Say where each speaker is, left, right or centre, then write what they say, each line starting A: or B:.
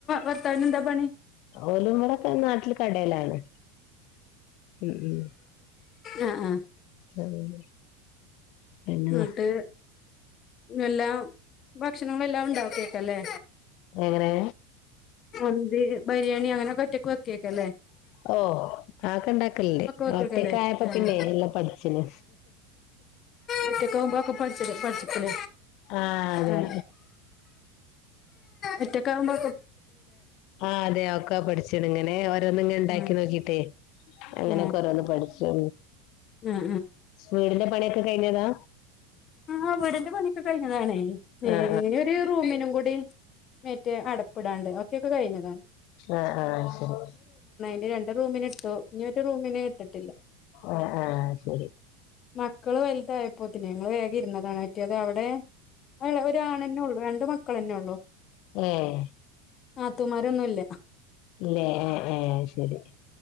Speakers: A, on the left (about 30°); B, on the left (about 45°).
A: വർത്താവിന എന്താ പണി
B: ഓലും കടെൊക്കെ നാട്ടില് കടയിലാണ് ഉ ഉ
A: ആ ആഹ
B: ഉം പിന്നെ
A: എന്നട്ട് എല്ലാം ഭക്ഷണങ്ങളെല്ലാം ഉണ്ടാക്കക്കല്ലേ
B: എങ്ങനെ
A: മുന്തി ബിരിയാണി അങ്ങനെ ക്കല്ല
B: ഓ ആക്കെ ഇണ്ടാക്കലല്ലേ
A: വെക്കേക്കല്ലേ
B: ഒറ്റക്ക ആയപ്പ
A: ആഹ്
B: പിന്നെ എല്ലാ പഠിച്ചിന്
A: ഇറ്റക്കെുമ്പൊക്കെ പഠ പഠിച്ചിക്കല
B: ആഹ്
A: ആ
B: അതെ
A: എറ്റക്കാവുമ്പ
B: ആഹ് അതെ ഓക്കാ പഠിച്ചേണ ഇങ്ങനെ ഓരോന്നി ഇങ്ങ ഉണ്ടാക്കി
A: ഉം
B: നോക്കിട്ടേ അങ്ങനെ
A: ഉം
B: കൊറന്ന് പഠിച്ചു
A: ഉം
B: വീടിന്റെ പണിയൊക്കെ കഴിഞ്ഞതാ
A: ഉം ആ വീടിന്റെ പണിയൊക്കെ കഴിഞ്ഞതാണേ
B: ആ
A: ഒരു റൂമിനും കൂടി മറ്റ്േ അടപ്പിടാണ്ട് ഒക്കെയൊക്കെ കഴിഞ്ഞതാണ്
B: ആഹ ആഹ ശരി
A: ഇ രണ്ടണ്ട് റൂമിനി ഇട്ടു ഇനിൊ ഒരു റൂമിനന് ഇട്ടിട്ടില്ല
B: ആ ആ ശരി
A: മക്കള് വലുതായി പൊതിനനങ്ങള്ൾ വേഗം ഇരുന്നതാണ് പറ്റിയത് അവിടെ ഒരാണെന്നെ ഉള്ളു രണ്ട് മക്കളന്നെ ഉള്ളു
B: ആഹ
A: ആഹ തമാരൊന്നുംല്ല
B: ഇല്ലേ ആഹ ആഹ ആ ശരി